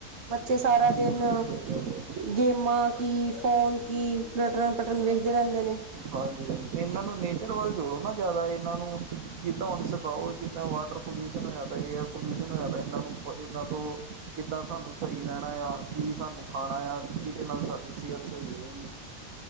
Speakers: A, on the right; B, on the right.
A: ਬੱਚੇ ਸਾਰਾ
B: ਜੀ
A: ਦਿਨ
B: ਜੀ ਸਹੀ ਗੱਲ ਹੈ
A: ਗੇਮਾਂ ਕੀ ਫੋਨ ਕੀ ਅਟਰਨ-ਪਟਰਨ ਵੇਖਦੇ ਰਹਿੰਦੇ ਨੇ
B: ਹਾਂਜੀ, ਇਹਨਾਂ ਨੂੰ ਨੇਚਰ ਵੱਲ ਜੋੜਨਾ ਜ਼ਿਆਦਾ ਏ ਇਹਨਾਂ ਨੂੰ ਜਿੱਦਾਂ ਹੁਣ ਸਿਖਾਓ ਜਿੱਦਾਂ ਵਾਟਰ ਪੋਲਿਊਸ਼ਨ ਹੈਗਾ ਏ ਏਅਰ ਪੋਲਿਊਸ਼ਨ ਹੈਗਾ ਏ ਇਹਨਾਂ ਨੂੰ ਇਹਨਾਂ ਤੋਂ ਕਿੱਦਾਂ ਸਾਨੂੰ ਸਹੀ ਰਹਿਣਾ ਆ ਕੀ ਸਾਨੂੰ ਖਾਣਾ ਆ ਕਿਹਦੇ ਨਾਲ ਏ ਸੀ ਅੱਜ ਤੱਕ ਸਹੀ ਹੋਇਆ ਨਹੀਂ